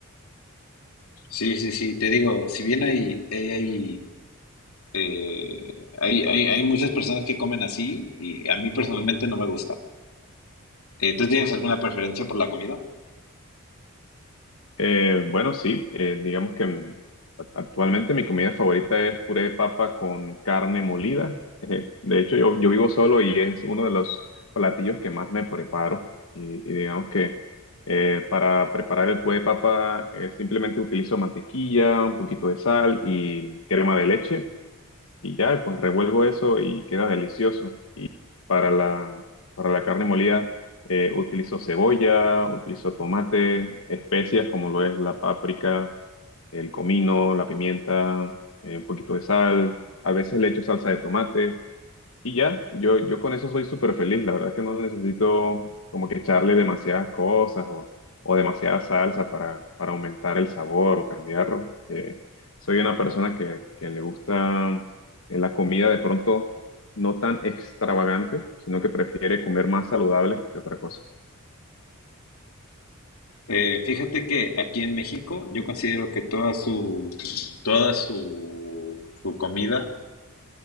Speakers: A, on the left; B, on the left.
A: Sí, sí, sí, te digo, si bien hay, hay, hay, eh, hay, hay, hay muchas personas que comen así, y a mí personalmente no me gusta. Eh, ¿tú tienes alguna preferencia por la comida?
B: Eh, bueno, sí, eh, digamos que mm, a- actualmente mi comida favorita es puré de papa con carne molida. Eh, de hecho, yo, yo vivo solo y es uno de los platillos que más me preparo. Y, y digamos que eh, para preparar el puré de papa eh, simplemente utilizo mantequilla, un poquito de sal y crema de leche y ya, pues revuelvo eso y queda delicioso para la, para la carne molida eh, utilizo cebolla, utilizo tomate, especias como lo es la páprica, el comino, la pimienta, eh, un poquito de sal. A veces le echo salsa de tomate. Y ya, yo, yo con eso soy súper feliz. La verdad que no necesito como que echarle demasiadas cosas o, o demasiada salsa para, para aumentar el sabor o cambiarlo. Eh, soy una persona que, que le gusta eh, la comida de pronto no tan extravagante, sino que prefiere comer más saludable que otra cosa.
A: Eh, fíjate que aquí en México yo considero que toda su, toda su, su comida